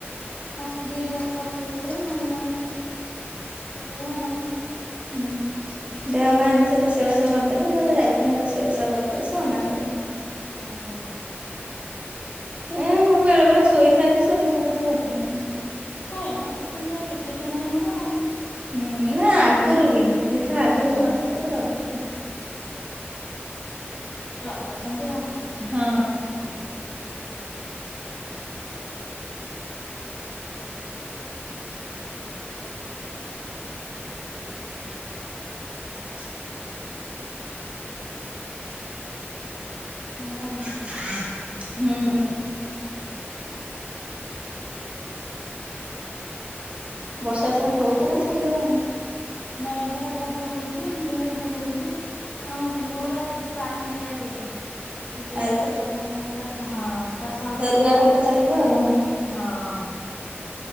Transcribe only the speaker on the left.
ଆସିକି କରିବୁ ରୋଷେଇ ନହେଲେ ନାଇଁ ଏଇଆ ଆଉ।
ହଁ।
<unintelligible> ସିଚୁଏସନ ତମର।
ହୁଁ
ଷ୍ଟ୍ରଙ୍ଗ ଅଛନ୍ତି ଆଉ।
ହୁଁ।
ଏୟା ଉ।
ନା ମେଘଟା ଏବେ ହଉଚି ଜୋର୍ ଫେରେ ହଉଚି। ହଁ ବିଲଗୁଡା ପାଣି ହେଇଯାଇଚି ଏବେ ବିଲଗୁଡାରେ
ଏବେ ପାଣି ହେଇଗ ଚାଷ ହଁ। ଚାଷ ହବ ଏଥର।
ହଁ।